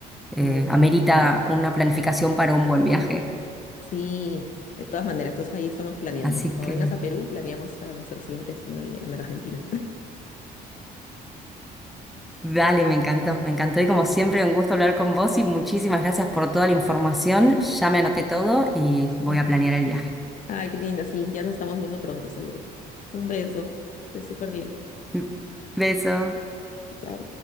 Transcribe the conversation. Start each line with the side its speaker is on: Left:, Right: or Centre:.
Centre: Eh,
Left: Ay, estaría
Centre: amerita
Left: genial.
Centre: una planificación para un buen viaje.
Left: Sí, de todas maneras, entonces ahí estamos planeando.
Centre: Así
Left: Cuando
Centre: que,
Left: vengas
Centre: bueno.
Left: a Perú, planeamos para nuestro siguiente destino ahí en Argentina.
Centre: Dale, me encantó, me encantó y como siempre un gusto hablar con vos y muchísimas gracias por toda la información. Ya me anoté todo y voy
Left: <laughs>
Centre: a planear el viaje.
Left: Ay, qué linda, sí, ya nos estamos viendo pronto, seguro. Un beso, estés súper bien.
Centre: <laughs> Beso.
Left: Chao, chao.